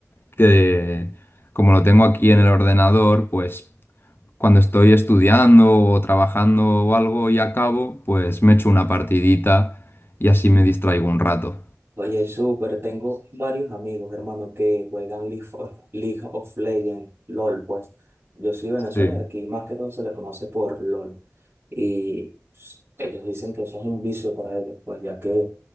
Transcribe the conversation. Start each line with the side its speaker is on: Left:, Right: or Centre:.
Left: que como lo tengo aquí en el ordenador, pues cuando estoy estudiando o trabajando o algo y acabo, pues me echo una partidita y así me distraigo un rato.
Right: Oye, súper, tengo varios amigos, hermano, que juegan League of, League of Legends, LOL, pues. Yo soy de Venezuela
Left: Sí.
Right: y aquí más que todo se le conoce por LOL. Y s- ellos dicen que eso es un vicio para ellos, pues ya que